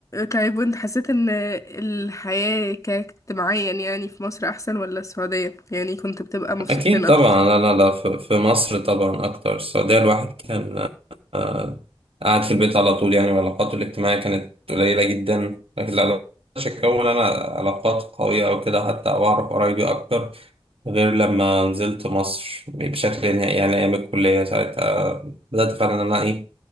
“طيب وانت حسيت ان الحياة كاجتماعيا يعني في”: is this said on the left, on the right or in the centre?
Left